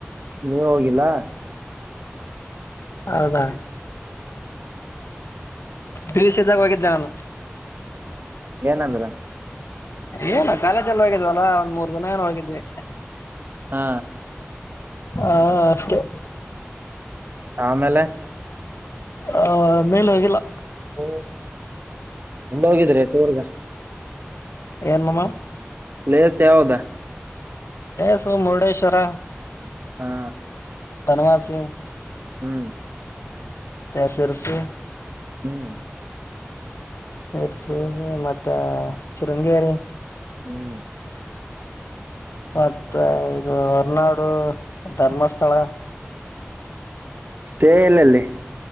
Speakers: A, on the right; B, on the left.
A: ನೀವ್ ಹೋಗಿಲ್ಲ
B: ಹೌದಾ ಬೀಸಿದಾಗ ಹೋಗಿದ್ದ ಅವನು
A: ಏನಂದ್ರ
B: ಏನ ಕಾಲೇಜಲ್ಲಿ ಹೋಗಿದ್ವಲ್ಲಾ ಒಂದ್ ಮೂರ್ ದಿನ ಏನ ಹೋಗಿದ್ವಿ
A: ಹಾ
B: ಹಾ ಅಷ್ಟೇ
A: ಆಮೇಲೆ
B: ಆ ಮೇಲೆ ಹೋಗಿಲ್ಲ
A: ಹೂ ಹಂಗ ಹೋಗಿದ್ರಿ ಟೂರ್ಗ
B: ಏನ ಮಾಮ
A: ಪ್ಲೇಸ್ ಯಾವದಾ
B: ಪ್ಲೇಸ್ ಸು ಮುರುಡೇಶ್ವರ
A: ಹಾ
B: ಬನವಾಸಿ
A: ಹ್ಮ್
B: ಮತ್ತೆ ಶಿರಸಿ
A: ಹ್ಮ್
B: ಸರ್ಸ ಮತ್ತ ಶೃಂಗೇರಿ
A: ಹ್ಮ್
B: ಮತ್ತ ಇದು ಹೊರನಾಡು ಧರ್ಮಸ್ಥಳ
A: ಸ್ಟೇ ಎಲ್ಲಲ್ಲಿ